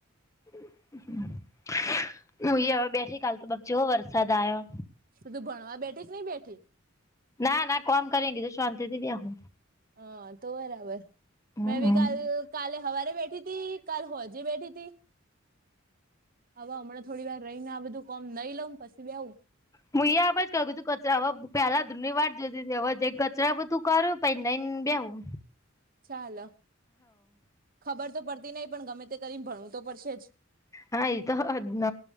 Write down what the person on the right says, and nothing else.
શું તું ભણવા બેઠે કે નઈ બેઠે
હ તો બરાબર
મેં બી
કાલ કાલે હવારે બેઠી તી કાલ હો જી બેઠી તી હવે હમણાં થોડી વાર રહી ને આ બધું કોમ નઈ લઉ પછી બેવું
ચાલ ખબર તો પડતી નહી પણ ગમે તે કરીને ભણવું તો પડશે જ